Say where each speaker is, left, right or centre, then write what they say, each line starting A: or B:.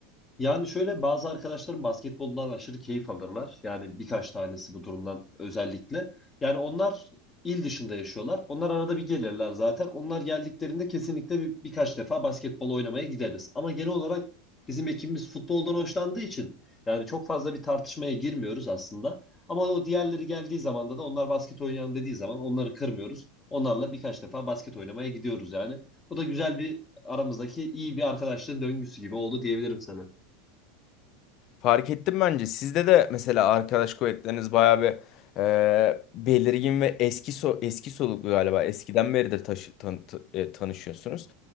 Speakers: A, on the left; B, on the left.
A: Yani şöyle bazı arkadaşlarım basketboldan aşırı keyif alırlar. Yani birkaç tanesi bu durumdan özellikle. Yani onlar il dışında yaşıyorlar. Onlar arada bir gelirler zaten. Onlar geldiklerinde kesinlikle bir, birkaç defa basketbol oynamaya gideriz. Ama genel olarak bizim ekibimiz futboldan hoşlandığı için yani çok fazla bir tartışmaya girmiyoruz aslında. Ama o diğerleri geldiği zaman da da onlar basket oynayalım dediği zaman onları kırmıyoruz. Onlarla birkaç defa basket oynamaya gidiyoruz yani. Bu da güzel bir aramızdaki iyi bir arkadaşlığın döngüsü gibi oldu diyebilirim sana.
B: Fark ettim bence. Sizde de mesela arkadaş kuvvetleriniz bayağı bir e, belirgin ve eski so eski soluklu galiba. Eskiden beridir taşı- tan- t- e, tanışıyorsunuz.